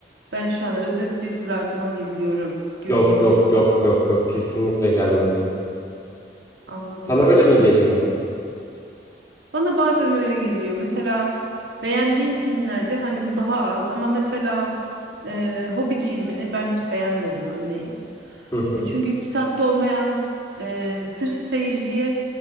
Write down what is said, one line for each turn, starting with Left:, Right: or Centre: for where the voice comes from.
Right: ben şu an özet bir fragman izliyorum gibi
Left: Yok
Right: bir
Left: yok
Right: his.
Left: yok yok yok kesinlikle gelmedi.
Right: Anladım.
Left: Sana öyle mi geliyor?
Right: Bana bazen öyle geliyor. Mesela beğendiğim filmlerde hani bu daha az ama mesela e, Hobbit filmini ben hiç beğenmedim örneğin.
Left: Hı hı
Right: E, çünkü kitapta olmayan e, sırf seyirciye